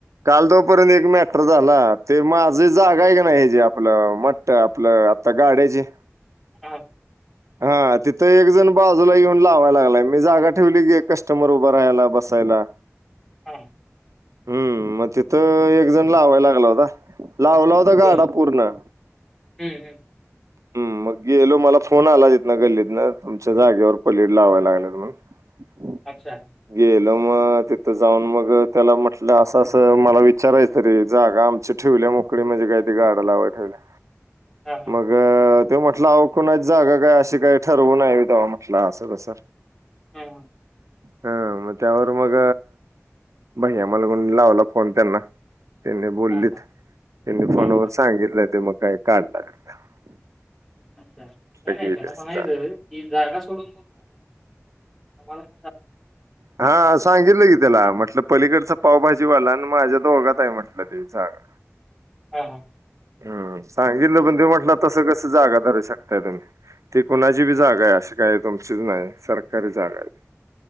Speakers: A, on the right (about 80°); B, in the centre.
A: काल तोपर्यंत एक मॅटर झाला ते माझ जागा आहे का नाही हचीे आपलं म्हटत आपलं आता गाड्याची
B: हम
A: हा तिथं एकजण बाजूला येऊन लावाय लागलाय मी जागा ठेवली गे कस्टमर उभं राहायला बसायला
B: हां.
A: हम्म मग तिथं एक जण लावायला लागला होता लावला होता
B: बरं.
A: गाडा पूर्ण
B: हं, हं.
A: हम् मग गेलो मला फोन आला तेत ना गल्लीत ना तुमच्या जागेवर गाडा लावायला लागलेत मग
B: अच्छा
A: गेलं मग तिथं जाऊन मग त्याला म्हटलं असं असं मला विचारायचं तरी जागा आमची ठेवल्या मोकळी म्हणजे काय ते गाड्या लावायला ठेवल्या
B: हा हा
A: अ ते म्हटलं अव कुणाच जगा काय अशी काही ठरवू न तेव्हा म्हटलं असं तसं
B: हां, हां.
A: हा मग त्यावर मग भैया मला म्हणला म्हणून लावला फोन त्यांना. त्यांनी बोललीत
B: हां, हां.
A: त्यांनी फोनवर
B: हां, हां.
A: सांगितलं ते मग काय काढला? <unintelligible>
B: अच्छा! नाही,
A: गेली
B: नाही त्याला
A: असं
B: म्हणा पण
A: जागा.
B: इथं की जागा सोडून <unintelligible>
A: हा सांगितलं की तेला म्हटलं लं पलीकडचा पावभाजीवाला आणि माझ्या दोघात आहे म्हटलं ते जागा.
B: ह. हा.
A: हम, सांगितल पण ते म्हटलं तस कस जागा धरू शकताय तुम्ही? ते कुणाची
B: अच्छा,
A: बी जागा आहे असं काय तुमचीच नाही. सरकारी जागा आहे.